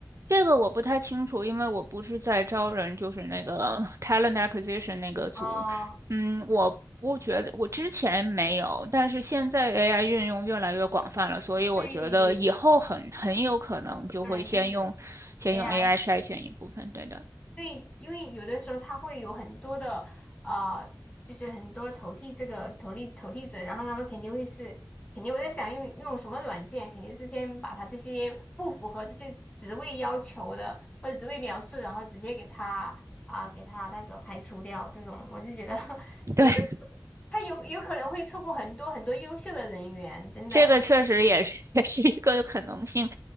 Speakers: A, on the right; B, on the left.
A: 这个我不太清楚，因为我不是在招人，就是那个 talent acquisition 那个组。
B: 哦，
A: 嗯，我不觉得，我之前没有，但是现在 AI 运用越来越广泛了，所以我觉得以后很很有可能就会先用先用
B: 对，可能就是 AI。
A: AI 筛选一部分。对的，
B: 对，因为有的时候他会有很多的啊、呃就是很多投递这个投递投递者，然后他们肯定会是，肯定我在想用用什么软件，肯定是先把他这些不符合这些职位要求的或者职位描述，然后直接给他啊、给他那个排除掉。这种我就觉得 <laughs>
A: 对，
B: 有的时候他有有可能会错过很多很多优秀的人员，
A: <laughs>
B: 真的。
A: 这个确实也是也是一个可能性。